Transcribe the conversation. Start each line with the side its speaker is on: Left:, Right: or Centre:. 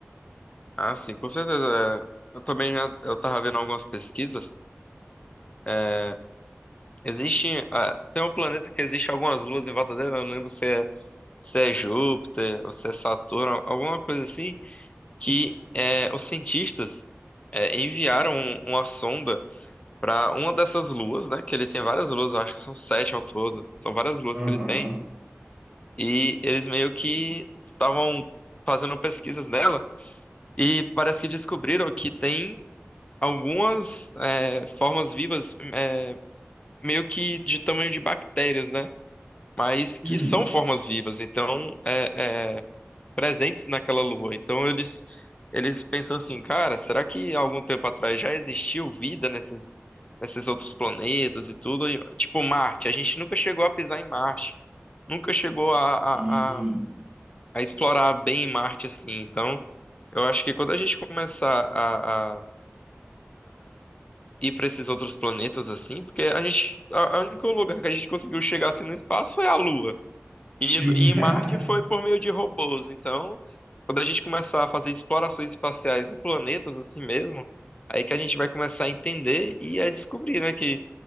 Left: Ah, sim, com certeza. é, Eu também já, eu tava vendo algumas pesquisas é, Existe. ah, tem um planeta que existe algumas luas em volta dele, eu não lembro se é, se é Júpiter ou se é Saturno, al- alguma coisa assim, que é, os cientistas é, enviaram um- uma sonda para uma dessas luas, né? Que ele tem várias luas, eu acho que são sete ao todo, são várias luas
Right: Aham.
Left: que ele tem, e eles meio que estavam fazendo pesquisas nela, e parece que descobriram que tem algumas é, formas vivas é, meio que de tamanho de bactérias, né? mas que
Right: Hum.
Left: são formas vivas, então é, é, presentes naquela lua. Então eles eles pensam assim, cara, será que há algum tempo atrás já existiu vida nesses nesses outros planetas e tudo? E, tipo Marte, a gente nunca chegou a pisar em Marte, nunca chegou a,
Right: E
Left: a, a, a explorar bem Marte assim. Então eu acho que quando a gente começar a, a ir para esses outros planetas assim, porque a gente a, a único lugar que a gente conseguiu chegar assim no espaço é a Lua. E,
Right: sim.
Left: e em
Right: <laughs>
Left: Marte foi por meio de robôs. Então, quando a gente começar a fazer explorações espaciais em planetas assim mesmo, aí que a gente vai começar a entender e a descobrir, né, que,